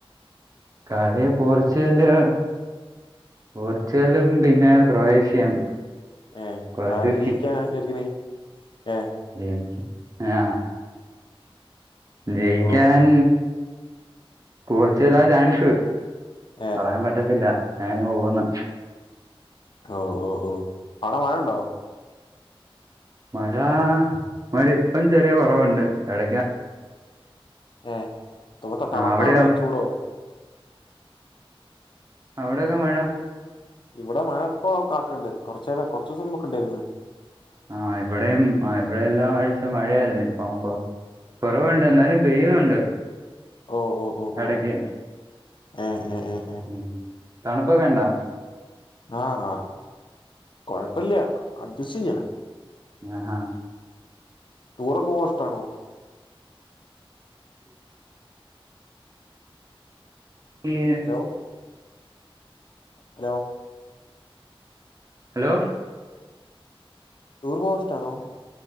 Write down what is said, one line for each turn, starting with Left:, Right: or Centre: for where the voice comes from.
Right: കളി പോർച്ചുഗലും പോർച്ചുഗലും പിന്നെ ക്രൊയേഷ്യയും
Left: ഏപ്
Right: കുറച്ച്
Left: ആര് ജയിക്കാന്നാ വിചാരിക്ക്ണെ ഏ
Right: അ ആഹ ജയിക്കാൻ
Left: ഓഹ് ഓഹ്
Right: പോർച്ചുഗലാ ചാൻസ്
Left: ഏഹ്
Right: പറയാൻ പറ്റത്തില്ല എങ്ങനെ പോവൂന്ന്
Left: ഓ ഓ ഓ അവിട മഴ ഉണ്ടോ
Right: മഴാ മഴയിപ്പം ചെറിയ കൊറവുണ്ട് എടക്ക്
Left: ഏ മൊത്തം
Right: ആ
Left: തണുപ്പാണോ?
Right: അവിടെയോ
Left: അല്ലേ ചൂടോ?
Right: അവിടെക്കെ മഴ
Left: ഇവിടെ മഴ ഇപ്പൊ കാക്കണ്ട്. കുറച്ച് നേരം, കുറച്ച് ദിവസം മുമ്പൊക്കെ ണ്ടേര്ന്ന്.
Right: ആഹ് ഇവിടെയും ആ ഇവിടെയെല്ലാ ആഴ്ച മഴയായിരുന്നു ഇപ്പം കൊറവ്ണ്ട് എന്നാലും പെയ്യ്ണുണ്ട്
Left: ഓ ഓ ഓ
Right: എടക്ക്
Left: ഏ ഏ ഏ ഏ
Right: ഉം തണുപ്പൊക്കെയ്ണ്ടോ?
Left: ആഹ് ആഹ കൊഴപ്പില്ല അട്ജസ്റ്റ് ചെയ്യാ
Right: ആഹാ
Left: ടൂറൊക്കെ പോവാനിഷ്ടാണോ?
Right: <inaudible>
Left: ഹലോ? ഹലോ??
Right: ഹലോ?
Left: ടൂർ പോവാനിഷ്ടാണോ?